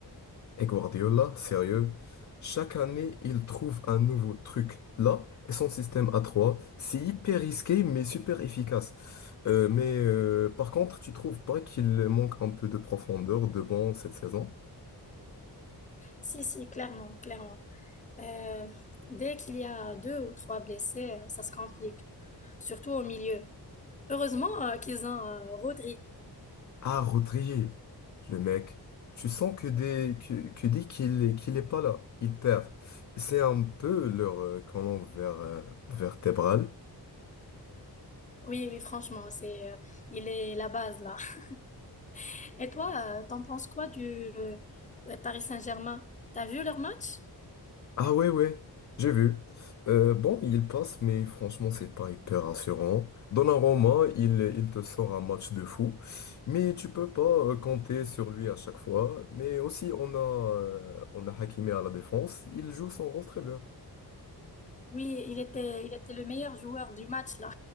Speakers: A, on the left; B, on the left.
A: Et Guardiola, sérieux, chaque année, il trouve un nouveau truc. Là, et son système à 3, c'est hyper risqué, mais super efficace. Euh, mais euh, par contre, tu trouves pas qu'il manque un peu de profondeur de banc cette saison?
B: Si, si, clairement, clairement. Euh, dès qu'il y a deux ou trois blessés, euh, ça se complique, surtout au milieu. Heureusement euh, qu'ils ont euh, Rodri.
A: Ah, Rodri, le mec, tu sens que dès que, que dès qu'il est- qu'il est pas là, il perd. C'est un peu leur euh, colonne vers, euh, vertébrale.
B: Oui, oui, franchement, c'est, euh, il est la base là. <laughs> Et toi, euh, t'en penses quoi du euh, Paris Saint-Germain? T'as vu leur match?
A: Ah ouais, ouais, j'ai vu. Euh, bon, il passe, mais franchement, c'est pas hyper rassurant. Donnarumma, il, il te sort un match de fou, mais tu peux pas euh, compter sur lui à chaque fois. Mais aussi, on a, euh, on a Hakimi à la défense, il joue son rôle très bien.
B: Oui, il était, il était le meilleur joueur du match là.